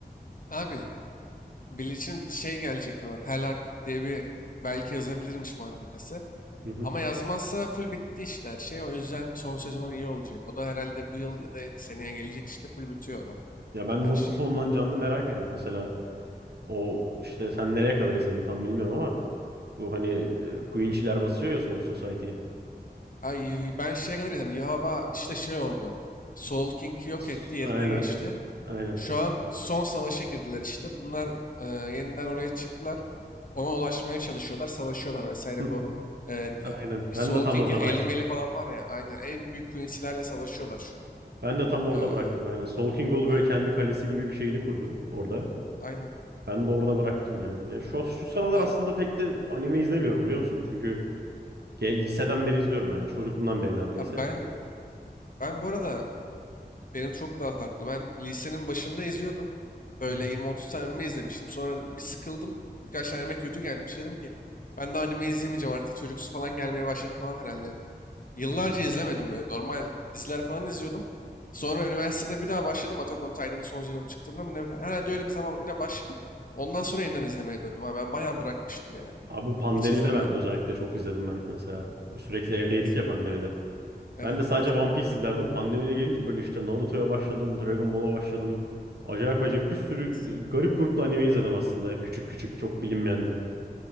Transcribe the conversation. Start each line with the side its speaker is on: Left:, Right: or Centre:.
Left: abi Bleach'in şey gelecek diyorlar. Hell Arc diye bir belki yazabilirmiş mangakası.
Right: Hı hı.
Left: Ama yazmazsa full bitti işte her şey. O yüzden son sezon iyi olacak. O da herhalde bu yıl ya da seneye gelecek işte full bitiyor o da
Right: Ya ben
Left: her
Right: nasıl
Left: şeyle.
Right: sonlanacağını da merak ediyorum mesela. O işte sen nereye kadar izledin tam bilmiyorum ama bu hani e, Queen'çiler basıyor ya Soul Society'yi.
Left: Ay, Yuh- ben şeye kadar izledim. Yuhava işte şey oldu. Soul King'i yok
Right: S-
Left: etti yerine
Right: Aynen.
Left: geçti.
Right: Aynen.
Left: Şu an son savaşa girdiler işte. Bunlar e, yeniden oraya çıktılar. Ona ulaşmaya çalışıyorlar. Savaşıyorlar vesaire
Right: Hı,
Left: bu. E, de-
Right: Aynen.
Left: Soul
Right: Ben de tam
Left: King'in
Right: orada
Left: 50
Right: bıraktım.
Left: meli falan var ya. Aynen en büyük künsilerle savaşıyorlar şu an.
Right: Ben de tam orada
Left: E,
Right: bıraktım aynen. Sol King Gol
Left: aynen
Right: böyle kendi kalesi gibi bir şeyini kurdu orada.
Left: aynen.
Right: Ben de orada bıraktım yani. Ya şu, şu sıralar
Left: Abi,
Right: aslında pek de anime izlemiyorum biliyor musun? Çünkü gen- liseden beri izliyorum yani. Çocukluğumdan beri neredeyse.
Left: abi ben... Ben bu arada Benim çok daha farklı. Ben lisenin başında izliyordum. Böyle
Right: Hı hı,
Left: 20-30 tane anime izlemiştim. Sonra bir sıkıldım. Birkaç tane anime kötü gelmiş. Dedim ki ben de anime izlemeyeceğim artık. Çocuksu falan gelmeye başladı falan herhalde dedim. Yıllarca
Right: hı hı.
Left: izlemedim böyle. Normal diziler falan izliyordum. Sonra üniversitede bir daha başladım. Attack on Titan'ın son sezonu çıktığında mı ne? Herhalde öyle bir zaman yine başladım. Ondan sonra yeniden izlemeye döndüm. Ha, ben bayağı bırakmıştım yani.
Right: Abi bu pandemide
Left: Hiç izlemiyordum.
Right: ben özellikle çok izledim ben mesela. Sürekli evdeydik
Left: Evet.
Right: ya pandemide.
Left: Evet
Right: Ben de sadece
Left: evet.
Right: One Piece izlerdim. Pandemide gelince böyle işte Naruto'ya başladım, Dragon Ball'a başladım. Acayip acayip bir sürü
Left: Evet.
Right: e, garip grupta anime izledim aslında. Küçük küçük çok bilinmeyen de.